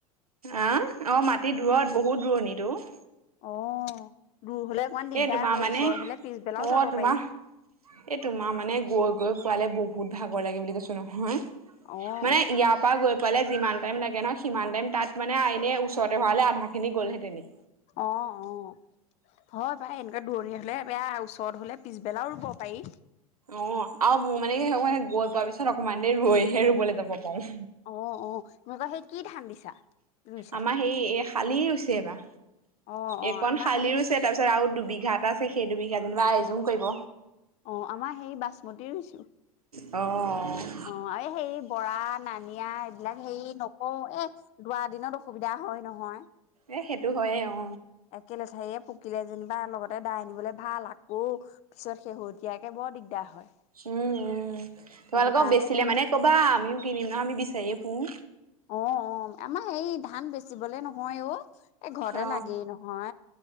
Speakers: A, on the right; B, on the left.
A: আহ অ' মাটিত দূৰত বহুত দূৰণিত অ'।
B: অ', দূৰ হ'লে অকমান দিগদাৰ
A: এই তোমাৰ
B: হয়
A: মানে
B: ওচৰত হ'লে পিছবেলাও
A: অ
B: যাব
A: তোমাৰ
B: পাৰি।
A: এই তোমাৰ মানে গৈ গৈ পোৱালে বহুত ভাগৰ লাগে বুলি কৈছো নহয়। মানে
B: অ অ
A: ইয়াৰ পৰা গৈ পালে যিমান টাইম লাগে নহয় সিমান টাইম তাত মানে এনে ওচৰতে হোৱাল আধাখিনি গ'লহেঁতেনে।
B: অ', অ', হয় পাই এনেকুৱা দূৰণি হ'লে বেয়া ওচৰত ওচৰত হ'লে পিছবেলাও ৰুব পাৰি।
A: অ', আৰু মোৰ মানে কি অ' গৈ পোৱা পিছত অকমান দেৰি ৰুইহে ৰুবলৈ যাব পাৰো
B: অ', অ', তুমি কি সেই কি ধান দিছা। ৰুইছা
A: আমাৰ সেই এই শালি ৰুইচে এই বাৰ।
B: অ অ
A: এইকন
B: আমাৰ
A: শালি
B: হেৰি
A: ৰুছে তাৰপিছত আৰু দুবিঘা এটা আছে সেই দুবিঘা যেনিবা এযোং কৰিব।
B: অ', আমাৰ সেই বাচমতি ৰুইছো।
A: অ'।
B: অ', আৰু সেই বৰা নানিয়া এইবিলাক হেৰি নকওঁ এ দুড়া দিনত অসুবিধা হয় নহয়।
A: এ সেইটো হয়য়ে অ
B: একে লেঠাৰয়ে পকিলে যেনিবা লগতে দাই আনিবলৈ ভাল আকৌ পিছত শেহতীয়াকে বৰ দিগদাৰ হয়
A: উম উম তোমালোকক
B: সেইটো কাৰণে
A: বেচিলে
B: হেৰি
A: মানে কবা আমিও কিনিম ন আমি বিচাৰিয়ে ফুৰ
B: অ অ আমাৰ এই ধান বেচিবলে নহয় অ এই ঘৰতে
A: অ
B: লাগেই ন ন